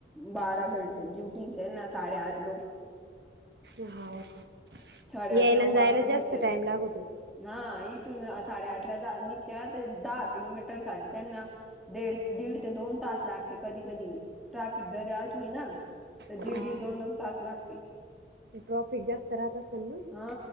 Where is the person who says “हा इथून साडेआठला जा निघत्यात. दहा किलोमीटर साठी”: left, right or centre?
Centre